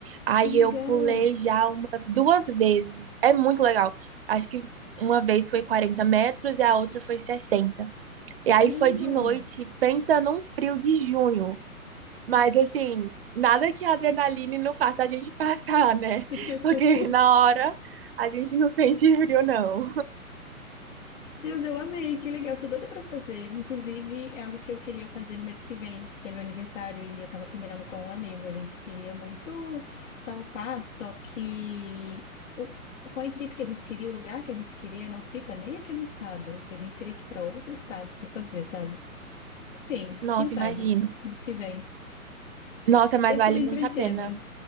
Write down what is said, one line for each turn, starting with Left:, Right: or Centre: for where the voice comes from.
Right: Aí
Left: que legal!
Right: eu pulei já umas duas vezes. É muito legal. Acho que uma vez foi 40 metros e a outra foi sessenta E aí
Left: Caramba!
Right: foi de noite, pensa num frio de junho. Mas assim, nada que a adrenalina não faça a gente <laughs> passar, né?
Left: <laughs>
Right: Porque na hora a gente não sente frio, não.
Left: Deus, eu amei, que legal, eu sou doida pra fazer. Inclusive, é algo que eu queria fazer no mês que vem, que é meu aniversário, e eu tava combinando com um amigo. A gente queria muito saltar, só que o- com a equipe que a gente queria, o lugar que a gente queria, não fica nem aqui no estado. A gente teria que ir pra outro estado pra fazer, sabe? Enfim,
Right: Nossa,
Left: quem sabe,
Right: imagino.
Left: mês que vem.
Right: Nossa, mas
Left: Deve
Right: vale
Left: ser bem
Right: muito
Left: divertido.
Right: a pena.